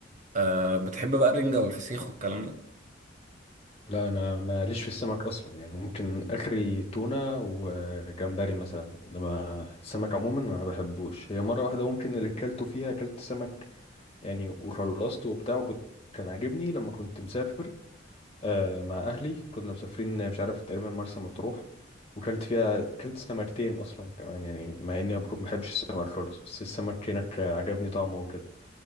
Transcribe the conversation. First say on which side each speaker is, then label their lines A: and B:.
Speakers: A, on the right (about 40°); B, on the left (about 30°).
A: أه بتحب بقى الرنجة والفسيخ والكلام ده
B: لا انا ماليش في السمك اصلا يعني ممكن اخري تونة وجمبري مثلا انما السمك عموما ما بحبوش هي مرة واحدة ممكن اللي اكلته فيها اكلت سمك يعني وخلصته وبتاع وكنت كان عاجبني لما كنت مسافر آه مع اهلي كنا مسافرين مش عارف تقريبا مرسى مطروح وكلت فيها كلت سمكتين اصلا كمان يعني مع اني ما بحبش السمك خالص بس السمك هناك عجبني طعمه وكده